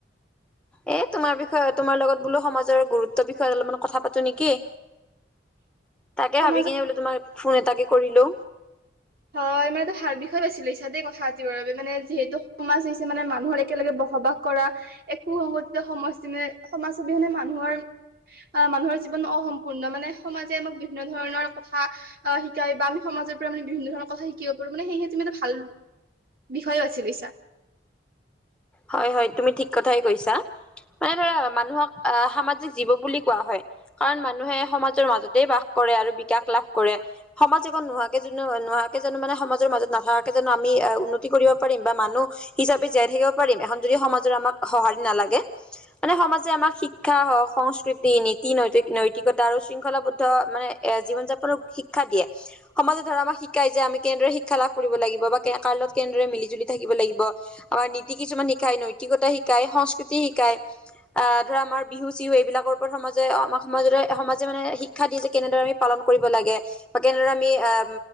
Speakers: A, in the centre; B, on the right.
A: এ তোমাৰ বিষয়ে তোমাৰ লগত বোলো সমাজৰ গুৰুত্বৰ বিষয়ে অলপমান কথা পাতো নেকি? তাকে
B: সমাজত
A: ভাবি কিনে বোলো তোমাক ফোন এটাকে কৰিলো।
B: হয়, ইমান এটা ভাল বিষয় বাছি লৈছা দেই কথা পাতিবৰ বাবে মানে যিহেতু সমাজ হৈছে মানে মানুহৰ একেলগে বসবাস কৰা এক সুসংগঠিত সমষ্টিনে সমাজ অবিহনে মানুহৰ আহ' মানুহৰ জীৱন অসম্পূৰ্ণ মানে সমাজে আমাক বিভিন্ন ধৰণৰ কথা আহ' শিকাই বা আমি সমাজৰ পৰা মানে বিভিন্ন ধৰণৰ কথা শিকিব পাৰো। মানে সেয়েহে তুমি এটা ভাল বিষয়ও বাছি লৈচা।
A: হয় হয়, তুমি ঠিক কথাই কৈছা। মানে ধৰা মানুহক আহ' সামাজিক জীৱ বুলি কোৱা হয়। কাৰণ মানুহে সমাজৰ মাজতে বাস কৰে আৰু বিকাশ লাভ কৰে। সমাজ এখন নোহোৱাকে জানো নোহোৱাকে জানো মানে সমাজৰ মাজত নাথকাকে জানো আমি উন্নতি কৰিব পাৰিম বা মানুহ হিচাপে জীয়াই থাকিব পাৰিম, এখন যদি সমাজৰ আমাক সঁহাৰি নালাগে। মানে সমাজে আমাক শিক্ষা হওক, সংস্কৃতি, নীতি, নৈতিক-নৈতিকতা আৰু শৃংখলাবদ্ধ মানে এ জীৱন যাপনৰ শিক্ষা দিয়ে। সমাজে ধৰা আমাক শিকাই যে আমি কেনেদৰে শিক্ষা লাভ কৰিব লাগিব বা কাৰ লগত কেনেদৰে মিলি জুলি থাকিব লাগিব। আমাৰ নীতি কিছুমান শিকাই, নৈতিকতা শিকাই, সংস্কৃতি শিকাই। আহ' ধৰা আমাৰ বিহু চিহু এইবিলাকৰ ওপৰত সমাজে আমাৰ সমাজৰে সমাজে মানে শি শিক্ষা দিয়ে যে কেনেদৰে আমি পালন কৰিব লাগে বা কেনেদৰে আমি আহ'